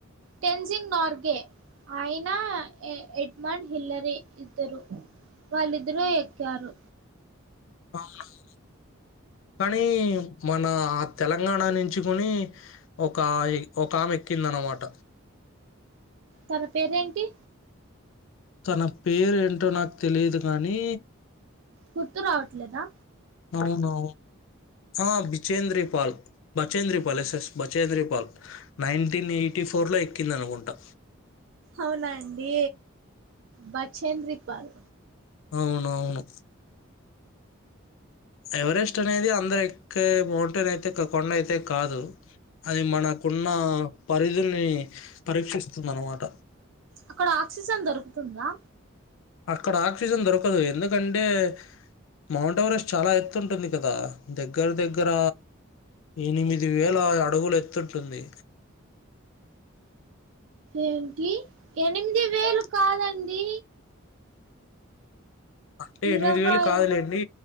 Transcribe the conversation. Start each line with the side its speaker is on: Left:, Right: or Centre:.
Right: టెన్జింగ్ నార్గే ఆయన ఎడమండ్ హిల్లరి ఇద్దరు వాళ్ళిద్దరూ ఎక్కారు
Left: అవునవును కానీ మన ఆ తెలంగాణ నుంచి కొని ఒక ఒక ఆమె ఎక్కిందనమాట
Right: తన పేరేంటి
Left: తన పేరు ఏంటో నాకు తెలియదు కానీ
Right: గుర్తు రావట్లేదా
Left: అవునవును ఆ Bachendri Pal Bachendri Pal yes yes Bachendri Pal nineteen eighty four లో ఎక్కిందనుకుంటా
Right: అవునా అండి బచేంద్రి పాల్
Left: అవునవును ఎవరెస్ట్ అనేది అందరు ఎక్కే మౌంటైన్ అయితే కొండ అయితే కాదు అది మనకున్న పరిధిని పరీక్షిస్తుంది అన్నమాట
Right: అక్కడ ఆక్సిజన్ దొరుకుతుందా
Left: అక్కడ ఆక్సిజన్ దొరకదు ఎందుకంటే మౌంట్ ఎవరెస్ట్ చాలా ఎత్తుంటుంది కదా దగ్గర దగ్గర ఎనిమిది వేల అడుగులు ఎత్తుంటుంది
Right: ఏంటి ఎనిమిది వేలు
Left: హ
Right: కాదండి
Left: అంటే ఎనిమిది
Right: ఇరవై
Left: వేలు కాదులేండి